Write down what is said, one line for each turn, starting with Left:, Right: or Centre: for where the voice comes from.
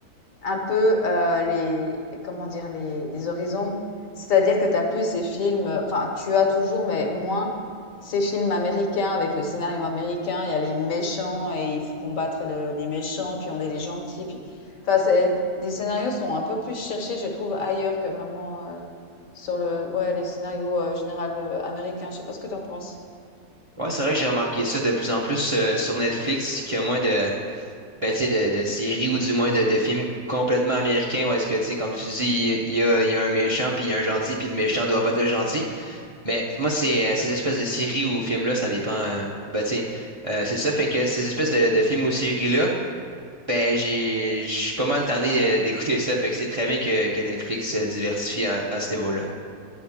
Left: Un peu, heu, les les- comment dire? Les les horizons. C'est-à-dire que t'as plus ces films, heu, enfin, tu as toujours, mais moins ces films américains avec le scénario américain. Il y a les méchants et il faut combattre le les méchants, puis on est les gentils, puis enfin, c'est les scénarios sont un peu plus cherchés, je trouve, ailleurs que vraiment, heu, sur le ouais, les scénarios, heu, général, heu, américains. Je sais pas ce que t'en penses?
Right: Ouais, c'est vrai que j'ai remarqué ça de plus en plus euh, sur Netflix, qu'il y a moins de, ben, tu sais, de, de séries ou du moins de, de films complètement américains où est-ce que, tu sais, comme tu dis, il y a, il y a un méchant, puis il y a un gentil, puis le méchant doit battre le gentil. Mais moi, c'est, euh, ces espèces de séries ou films-là, ça dépend. euh, ben, tu sais, euh, c'est ça, fait que ces espèces de, de films ou séries-là, ben, j'ai, je suis pas mal tanné euh, d'écouter ça, fait que c'est très bien que, que Netflix se diversifie à, à ce niveau-là.